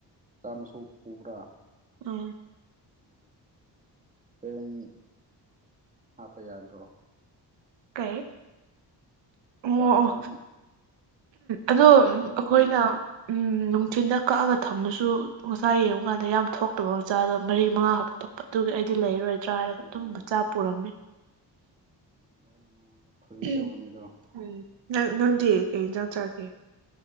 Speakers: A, on the right; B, on the right.
A: ꯃꯆꯥ ꯃꯁꯨ ꯄꯨꯕ꯭ꯔꯥ
B: ꯎꯝ
A: ꯎꯝ ꯁꯦꯡ ꯍꯥꯞꯄ ꯌꯥꯗ꯭ꯔꯣ
B: ꯀꯩ ꯑꯣ
A: ꯆꯥ
B: ꯑꯣ
A: ꯆꯥꯝꯃ
B: ꯑꯗꯣ
A: ꯆꯥ ꯆꯥꯝꯕ
B: ꯑꯈꯣꯏꯅ
A: ꯃꯇꯝꯗ
B: ꯎꯝ ꯅꯨꯡꯊꯤꯤꯟꯗ ꯀꯛꯑꯒ ꯊꯝꯃꯁꯨ ꯉꯆꯥ ꯌꯦꯡꯉꯨꯀꯥꯟꯗ ꯌꯥꯝ ꯊꯣꯛꯇꯕ ꯃꯆꯥꯗꯣ ꯃꯔꯤ ꯃꯉꯥ ꯈꯛꯇ ꯇꯧ ꯑꯗꯨꯒꯤ ꯑꯩꯗꯤ ꯂꯩꯔꯣꯏꯗ꯭ꯔꯥ ꯍꯥꯏꯔꯒ
A: ꯑꯣ
B: ꯑꯗꯨꯝ ꯃꯆꯥ ꯄꯨꯔꯝꯃꯤ
A: ꯃꯣꯏꯅ ꯅꯪꯉꯣꯟꯗ ꯐꯥꯒꯤ
B: ꯎ
A: ꯇꯧꯕꯅꯤꯗꯣ
B: ꯎꯝ ꯅꯪ ꯅꯪꯗꯤ ꯀꯩ ꯏꯟꯖꯥꯡ ꯆꯒꯦ